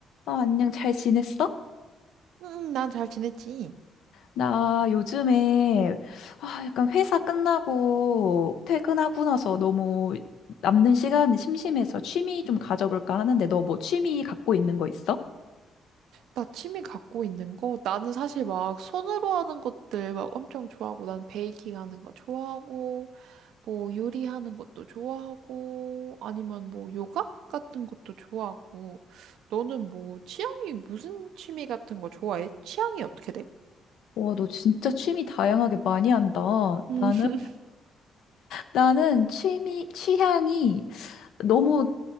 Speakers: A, on the left; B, on the right.
A: 아, 안녕, 잘 지냈어?
B: 음, 난 잘 지냈지.
A: 나 요즘에, 아, 약간 회사 끝나고 퇴근하고 나서 너무 남는 시간이 심심해서 취미 좀 가져볼까 하는데, 너 뭐 취미 갖고 있는 거 있어?
B: 나 취미 갖고 있는 거, 나는 사실 막 손으로 하는 것들 막 엄청 좋아하고, 난 베이킹 하는 거 좋아하고, 뭐 요리하는 것도 좋아하고, 아니면 뭐 요가 같은 것도 좋아하고, 너는 뭐 취향이 무슨 취미 같은 거 좋아해? 취향이 어떻게 돼?
A: 와, 너 진짜 취미 다양하게 많이 한다.
B: 음,
A: 나는,
B: <laughs>
A: 나는 취미, 취향이 너무